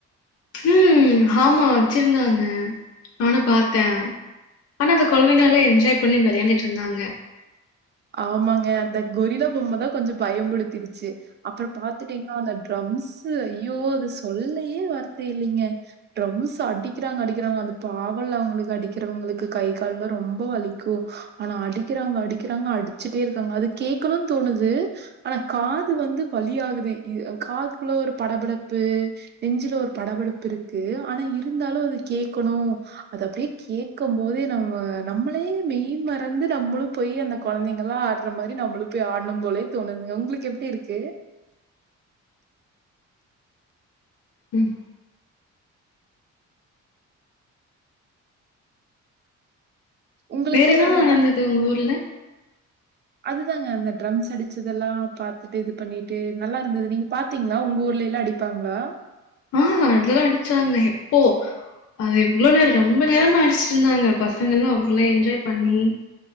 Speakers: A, on the left; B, on the right.
A: உம் ஆமா வச்சிருந்தாங்க நானு பார்த்தே ஆனா அது குழந்தைகளால என்ஜாய் பண்ணி விளையாண்டுட்டு இருந்தாங்க
B: ஆமாங்க அந்த ஃகொரில பொம்மைதா கொஞ்சோ பயம்முடுத்தடுச் சேரி அப்புறம் பாத்துட்டீங்கன்னா அந்த ட்ரம்ஸ் ஐயோ அது சொல்லையே வார்த்தை இல்லைங்க ட்ரம்ஸ் அடிக்கிறாங்க அடிக்கிறாங்க அந்த பாவல அவங்களுக்கு அடிக்கிறவங்களுக்கு கை கால்லாம் ரொம்ப வலிக்கும் ஆனா அடிக்கிறவங்க அடிக் அடிக்கறாங்க அடிச்சுட்டே இருக்காங்க அது கேட்கனு தோணுது ஆனா காது வந்து வழியாகுது காதுக்குள்ள ஒரு படபடப்பு நெஞ்சில ஒரு படபடப்பு இருக்கு ஆனா இருந்தாலும் அது கேட்கணும் அது அப்டியே கேடக்கும் போதே நம்ம நம்மளே மெய் மறந்து நம்மளும் போயி அந்த குழந்தைங்கல்லாம் ஆடற மாதிரி நம்மளு போய் ஆடனும் போலே தோணுதுங்க உங்களுக்கு எப்டி இருக்கு
A: உம்
B: உங்களுக்கு
A: வேற என்னால
B: அது
A: நடந்தது
B: ப
A: உங்க ஊர்ல
B: அதுதாங்க அந்த ட்ரம்ஸ் அடிச்சது எல்லாம் பாத்துட்டு இது பண்ணிட்டு நல்லா இருந்தது நீங்க பாத்தீங்களா உங்க ஊர்லி எல்லா அடிப்பாங்களா
A: ஆஹ் அதெல்லாம் அடிச்சாங்க எப்போ அது எவ்ளோ நேரோ ரெம்ப நேரமா அடிச்சிட்டு இருந்தாங்க பசங்க எல்லா ங்கலா என்ஜாய் பண்ணி